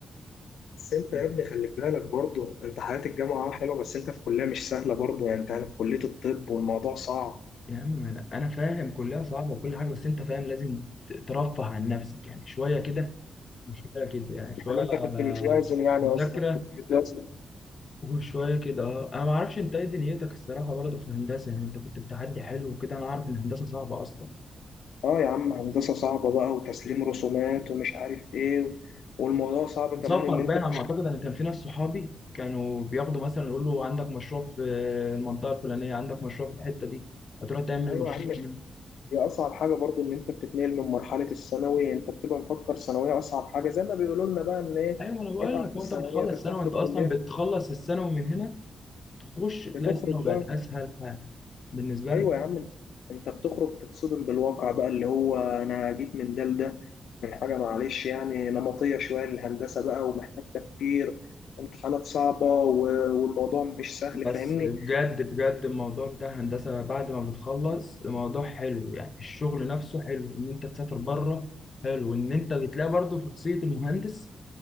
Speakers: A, on the left; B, on the left.
A: بس انت
B: يا
A: يا ابني خلي بالك برضه انت حياه الجامعه اه حلوه بس انت في كليه مش سهله برضه يعني انت في كليه الطب والموضوع صعب
B: عم ما انا أنا فاهم كلها صعبه وكل حاجه بس انت فاهم لازم ت- ترفه عن نفسك يعني شويه كده وشويه كده يعني شويه
A: يعني انت كنت
B: آه،
A: بتوازن يعني
B: مذاكره
A: قصدك كنت بتوازن
B: وشويه كده اه انا ما اعرفش انت ايه دنيتك الصراحه برضه في الهندسه يعني انت كنت بتعدي حلو وكده انا عارف ان الهندسه صعبه اصلا
A: اه يا عم هندسة صعبة بقى وتسليم رسومات ومش عارف ايه و... والموضوع صعب
B: سفر
A: كمان ان
B: باين
A: انت بت...
B: على ما اعتقد انا كان في ناس صحابي كانوا بياخدوا مثلا يقول له عندك مشروع في المنطقه الفلانيه عندك مشروع في الحته دي هتروح تعمل
A: ايوه
B: مشروع
A: يا عم
B: هنا
A: هي اصعب حاجة برضو ان انت بتتنقل من مرحلة الثانوي انت بتبقى مفكر ثانوية اصعب حاجة زي ما بيقولوا لنا بقى ان ايه
B: ايوه انا بقول
A: اتعب
B: لك
A: في
B: وانت
A: الثانوية
B: بتخلص
A: ترتاح
B: سنه وانت
A: في الكلية
B: اصلا بتخلص الثانوي من هنا تخش تلاقي
A: بتخرج
B: السينما بقت
A: بقى
B: اسهل حاجه بالنسبه
A: ايوه
B: لك
A: يا عم انت أنت بتخرج تتصدم بالواقع بقى اللي هو انا جيت من ده لده من حاجه معلش يعني نمطيه شويه للهندسه بقى ومحتاج تفكير امتحانات صعبه و- والموضوع مش سهل
B: بس
A: فاهمني
B: بجد بجد الموضوع بتاع الهندسه بعد ما بتخلص الموضوع حلو يعني الشغل نفسه حلو ان انت تسافر بره حلو ان انت بتلاقي برضه شخصيه المهندس